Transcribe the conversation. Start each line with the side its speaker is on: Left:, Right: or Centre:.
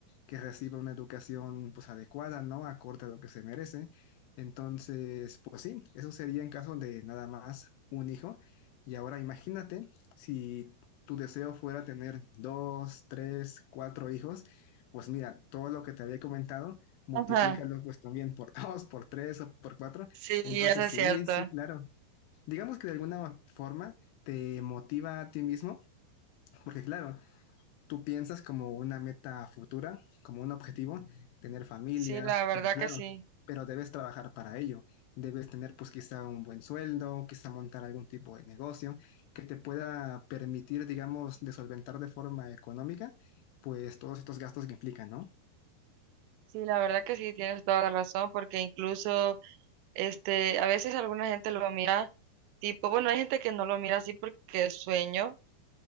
Left: que reciba una educación pues adecuada, ¿no? Acorde a lo que se merece. Entonces, pues sí, eso sería en caso de nada más un hijo. Y ahora imagínate si tu deseo fuera tener dos, tres, cuatro hijos, pues mira, todo lo que te había comentado, multiplícalo
Right: ajá.
Left: pues también por <laughs> dos, por tres o por cuatro.
Right: sí,
Left: Entonces,
Right: eso es
Left: sí,
Right: cierto.
Left: sí, claro digamos que de alguna forma te motiva a ti mismo, porque claro, tú piensas como una meta futura, como un objetivo, tener familia,
Right: Sí, la verdad
Left: pero claro,
Right: que sí.
Left: pero debes trabajar para ello, debes tener pues quizá un buen sueldo, quizá montar algún tipo de negocio que te pueda permitir, digamos, de solventar de forma económica, pues todos estos gastos que implican, ¿no?
Right: Sí, la verdad que sí, tienes toda la razón porque incluso este, a veces alguna gente lo mira tipo, bueno, hay gente que no lo mira así porque es sueño.